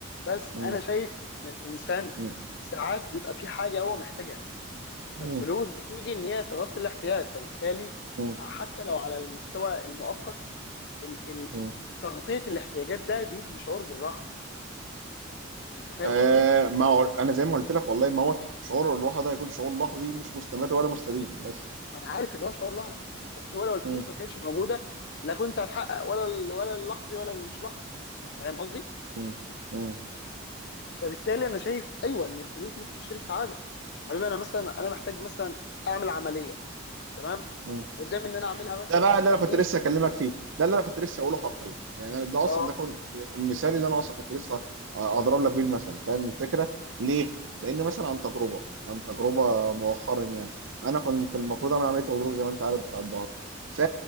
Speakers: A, on the left (about 55°); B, on the right (about 70°).
A: بس
B: مم.
A: انا شايف ان الانسان
B: مم.
A: ساعات بيبقى في حاجه هو محتاجها
B: مم.
A: فالفلوس بتيجي ان هي تغطي الاحتياج فبالتالي
B: مم.
A: حتى لو على المستوى المؤقت ال ال
B: مم.
A: تغطيه الاحتياجات ده بيدي شعور بالراحه انت فاهم
B: آه
A: قصدي؟
B: ما هو أنا زي ما قلت لك والله ما هو شعور الراحة ده هيكون شعور لحظي مش مستمر ولا مستديم بس
A: ما انا عارف ان هو شعور لحظي بس هو لو الفلوس
B: مم.
A: ما كانتش موجوده لا كنت هتحقق ولا ال ولا اللحظي ولا المش لحظي فاهم قصدي؟
B: مم. مم.
A: فبالتالي انا شايف ايوه ان الفلوس ممكن تشتري سعاده حبيبي انا مثلا انا محتاج مثلا اعمل عمليه تمام؟
B: مم.
A: قدامي ان انا اعملها مثلا
B: ده بقى
A: في التامين
B: اللي انا كنت لسه اكلمك فيه ده اللي انا كنت لسه اقوله حرفيا يعني أنا- ده
A: اه
B: اصلا ده كان المثال اللي انا اصلا كنت لسه اضرب لك بيه المثل فاهم الفكره ليه لان مثلا عن تجربه عن تجربه مؤخرا يعني انا كنت المفروض اعمل عمليه غضروف زي ما انت عارف بتاع الظهر ف